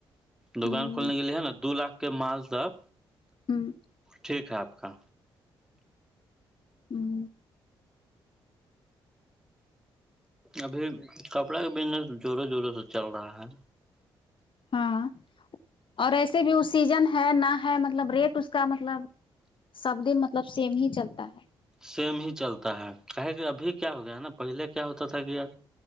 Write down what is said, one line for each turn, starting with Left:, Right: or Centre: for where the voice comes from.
Centre: دوکان
Left: ہوں
Centre: کھولنے کے لیے ہے نا دو لاکھ کے مال تک
Left: ہوں
Centre: ٹھیک ہے آپ کا
Left: ہوں
Centre: ابھی کپڑا کا بزنس زوروں زوروں سے چل رہا ہے
Left: ہاں اور ایسے بھی وہ سیزن ہے نہ ہے مطلب ریٹ اس کا مطلب سب دن مطلب سیم ہی چلتا ہے
Centre: سیم ہی چلتا ہے کہے کہ ابھی کیا ہو گیا ہے نا پہلے کیا ہوتا تھا کہ یار